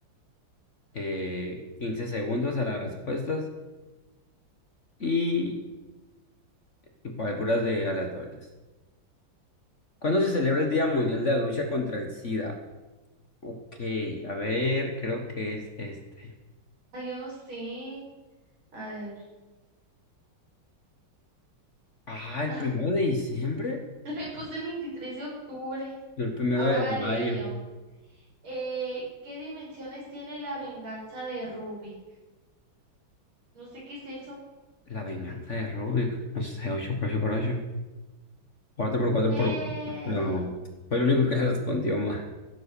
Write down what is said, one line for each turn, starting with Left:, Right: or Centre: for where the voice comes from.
Left: eh, 15 segundos a las respuestas y, y para puras de aleatorias. ¿Cuándo se celebra el Día Mundial de la Lucha contra el SIDA? Ok, a ver, creo que es este.
Right: Ay, yo no sé. A ver.
Left: Ah, el
Right: <laughs>
Left: primero de diciembre.
Right: Le puse el 23 de octubre.
Left: Yo el primero
Right: Ahora
Left: de
Right: voy a
Left: mayo.
Right: leer yo. Eh, ¿qué dimensiones tiene la venganza de Rubik? No sé qué es eso.
Left: La venganza de Rubik. No sé, 8 por 8 por 8. Cuatro por cuatro
Right: ¡Eh!
Left: por 4. Fue el único que le respondió más.